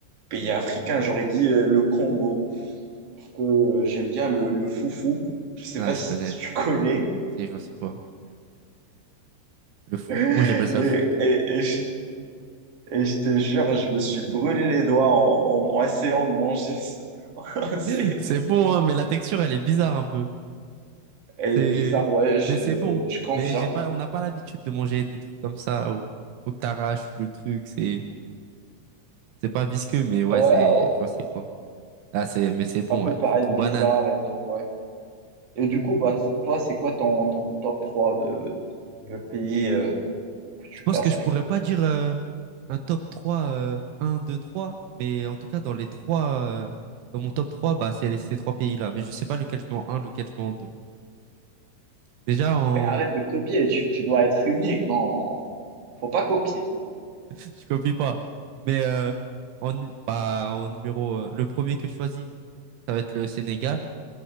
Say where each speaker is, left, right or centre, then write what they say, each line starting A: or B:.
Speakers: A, on the right; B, on the right.
A: pays africain, j'aurais dit euh, le Congo. parce que euh, j'aime bien le, le foufou. Je sais
B: Ah,
A: pas si
B: je connais.
A: tu <laughs> connais.
B: Si, je vois c'est quoi. Le foot.
A: Et,
B: Moi, j'appelle ça le foutou.
A: et, et je, et je te jure, je me suis brûlé les doigts en, en, en essayant de manger ça. <laughs> C'est-
B: <laughs> C'est bon, hein, mais la texture, elle est bizarre un peu.
A: Elle
B: C'est,
A: est bizarre, ouais, je,
B: mais
A: euh,
B: c'est bon.
A: je confirme.
B: Mais j'ai pas, on n'a pas l'habitude de manger des trucs comme ça où faut que t'arraches le truc. C'est, c'est pas visqueux, mais ouais,
A: Ah Ouais,
B: c'est,
A: oh,
B: je vois c'est quoi. Ah, c'est, mais c'est bon,
A: ça peut
B: ouais.
A: paraître
B: Foutou
A: bizarre
B: banane.
A: et tout, ouais. Et du coup, bah, toi, c'est quoi ton, ton top 3 de, de pays euh, que tu
B: Je pense
A: classerais?
B: que je pourrais pas dire euh, un top 3 euh, 1, 2, 3, mais en tout cas, dans les trois, euh, dans mon top 3 bah, c'est les- ces trois pays-là. Mais je sais pas lequel je mets en 1, lequel je mets en 2. Déjà, en...
A: Mais arrête de copier, tu, tu dois être unique, non. Faut pas copier.
B: <laughs> je copie pas. Mais euh, en, nu- bah, en numéro, euh, le premier que je choisis, ça va être le Sénégal.